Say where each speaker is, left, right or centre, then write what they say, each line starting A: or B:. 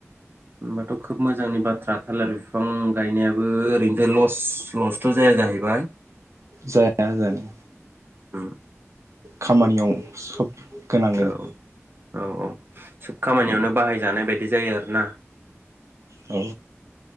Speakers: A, on the right; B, on the right.
A: होमबाथ खोब मोजांनि बाथ्रा थालार बिफां गायनायाबो ओरैनोथ लस-लसथ जाया जाहैबाय
B: जाया जानो
A: उम
B: खामानियाव सोब गोनां गो
A: औ औ औ सोब खामानियावनो बाहायजानाय बायदि जायो आरोना
B: औ